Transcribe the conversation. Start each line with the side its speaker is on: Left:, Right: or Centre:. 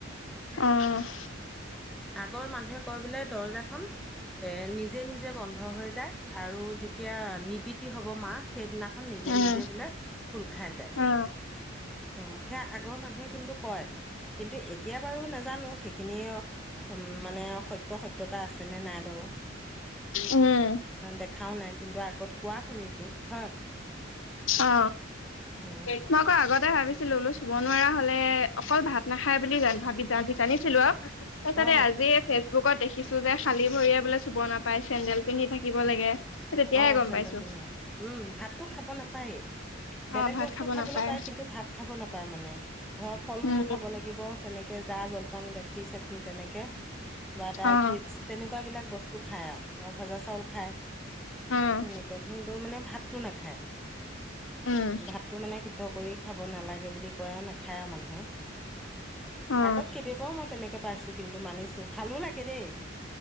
Left: অহ
Centre: আগৰ মানুহে কয় বোলে দৰ্জা খন এ নিজে নিজে বন্ধ হৈ যায়। আৰু যেতিয়া নিবিতি হ'ব মা সেইদিনাখন নিজে
Left: উম
Centre: নিজে বোলে খোল খাই যায়,
Left: অ
Centre: অ সেয়া আগৰ মানুহে কিন্তু কয় কিন্তু এতিয়া বাৰু নাজানো সেইখিনি অ মানে সত্য সত্যতা আছে নে নাই বাৰু
Left: উম
Centre: দেখাও নাই কিন্তু আগত কোৱা শুনিছো হয়।
Left: অ
Centre: উম,
Left: মই ক আগতে ভাবিছিলো বোলো চুব নোৱাৰা হলে অকল ভাত নাখায় বুলি ভাবি জানিছিলো আৰু। তাৰপাছত
Centre: অ
Left: তে আজি ফেচবুকত দেখিছো যে খালী ভৰিয়ে বোলে চুব নাপায় চেন্ডেল পিন্ধি থাকিব লাগে। তেতিয়াহে
Centre: অ
Left: গম
Centre: চেন্দেল
Left: পাইছো
Centre: পিন্ধি উম ভাতো খাব নাপায়েই। বেলেগ
Left: অ ভাত
Centre: বস্তু
Left: খাব
Centre: খাবলৈ
Left: নাপায়
Centre: পায় কিন্তু ভাত খাব নাপায় মানে। ধৰ ফল
Left: উম
Centre: মূল খাব লাগিব তেনেকে যাৰ মন গাখীৰ চাখীৰ তেনেকে, বা ড্ৰাই
Left: অ
Centre: ফ্ৰুইট তেনেকুৱা বিলাক বস্তু খাই আৰু মই ভজা চাউল খায় সেনেকুৱা
Left: উম
Centre: কিন্তু মানে ভাতটো নাখায়।
Left: উম
Centre: ভাতটো মানে সিদ্ধ কৰি খাব নালাগে বুলি কয় আৰু নাখায় আৰু মানুহে।
Left: অ
Centre: আগত কেইবাবাৰও মই তেনেকে পাইছো কিন্তু মানিছো ভালো লাগে দেই।